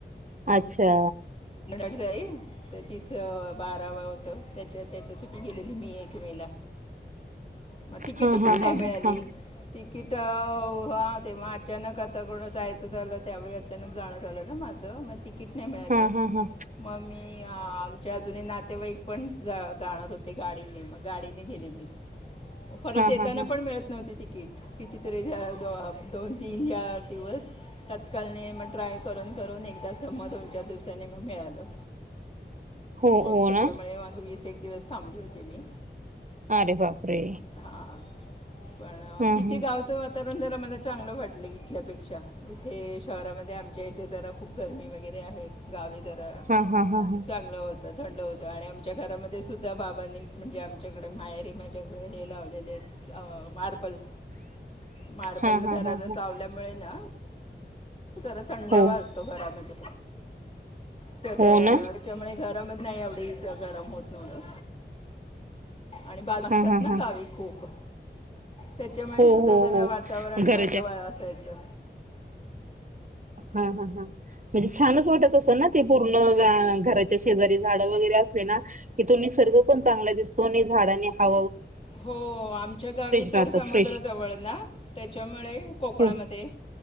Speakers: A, on the right; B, on the left.
A: अच्छा
B: <unintelligible> कडड जाई तर तिचं बाराव होत त्याच्या-त्याच्यासाठी गेलेली मी एक मे ला म तिकीट
A: हा हा
B: पण नाही
A: हा
B: मिळाली
A: हा हा
B: तिकीट हो तेव्हा अचानक आता कोण जायचं झालं त्यावेळी अचानक जाणं झालं ना माझं मग ती किटने मिळाले
A: हा हा हा
B: मग मी आमच्या जुने नातेवाईक पण जा-जाणार होते गाडीने मग गाडीने गेले मी म परत
A: हा
B: येताना
A: हा हा
B: पण मिळत नव्हती ती क किती तरी दोन तीन चार दिवस तत्कालने मग ट्राय कर करून एकदा ज म दोन चार दिवसानी मग मिळालं
A: हो
B: मग
A: हो
B: त्याच्यामुळे
A: ना
B: मग वीस एक दिवस थांबले होते मी
A: अरे बापरे
B: हा पण
A: हा
B: तिथे
A: हा
B: गावच वात तरण जरा मला चांगलं वाटलं इथल्यापेक्षा इथे शहरामध्ये आमच्या इथे जरा खूप गरमी वगैरे आहे गावे जरा
A: हा हा हा हा
B: चांगलं होतात थंड होतं आणि आमच्या घरामध्ये सुुद्धा बाबांनी म्हणजे आमच्याकडे माहेरी माझ्याकडे हे लावलेले आहेत च अ मार्बल मार्बल
A: हा
B: घराला
A: हा हा हा
B: चावल्यामुळे ना जरा थंडवा
A: हो
B: असतो घरामध्ये त्या त्याच्यामुळे
A: हो ना
B: गरमच नाही एवढ गरम होत नवलं आणि <inaudible> बाज असतात
A: हा हा
B: ना
A: हा
B: गावी खूप तेच्यामुळे
A: हो
B: सुुद्धा
A: हो
B: जरा
A: हो
B: वातावरण
A: घराच्या
B: थंडवाळ असायचं
A: हा हा हा म्हणजे छानच वाटत असंल ना ते पूर्ण- घराच्या शेजारी झाड वगैरे <unintelligible> निसर्ग पण चांगला दिसतो झाडा ह
B: हो आमच्या गावी तर
A: राहतं
B: समुद्रजवळ
A: फ्रेश
B: ना त्याच्यामुळे कोकणामध्ये
A: हो